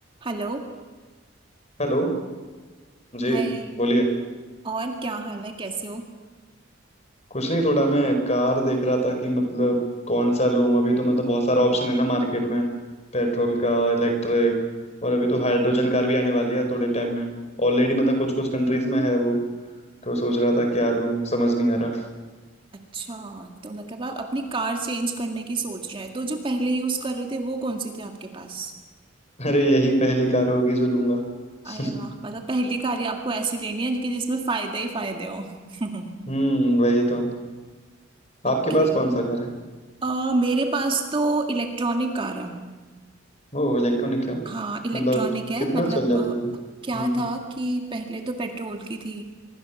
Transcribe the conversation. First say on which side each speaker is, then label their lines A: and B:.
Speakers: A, on the right; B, on the left.
A: Hello
B: Hello Ji
A: Hi
B: बोलिए
A: और क्या हाल है कैसे हो
B: कुछ नहीं थोड़ा मैं कार देख रहा था कि मतलब कौन सा लूं अभी तो मतलब बहुत सारा ऑप्शन है ना मार्केट में पेट्रोल का इलेक्ट्रिक और अभी तो हाइड्रोजन कार भी आने वाली है थोड़े टाइम में ऑलरेडी मतलब कुछ कुछ कंट्रीज में है वो तो सोच रहा था क्या लूं समझ नहीं आ रहा
A: अच्छा तो मतलब आप अपनी कार चेंज करने की सोच रहे हैं तो जो पहले यूज कर रहे थे वो कौन सी थी आपके पास
B: <laughs> अरे यही पहली कार होगी जो लूंगा
A: अरे
B: <laughs>
A: वाह मतलब पहली कार ही आपको ऐसी लेनी है कि जिसमें फायदे ही फायदे हो <laughs>
B: हम्म वही तो आपके
A: ओके
B: पास कौन सा कार है
A: अ, मेरे पास तो इलेक्ट्रॉनिक कार है
B: वो इलेक्ट्रॉनिक क्या
A: हाँ इलेक्ट्रॉनिक
B: मतलब
A: है
B: कितना
A: मतलब
B: चल जाती
A: अ,
B: है हम्म
A: क्या था कि पहले तो पेट्रोल की थी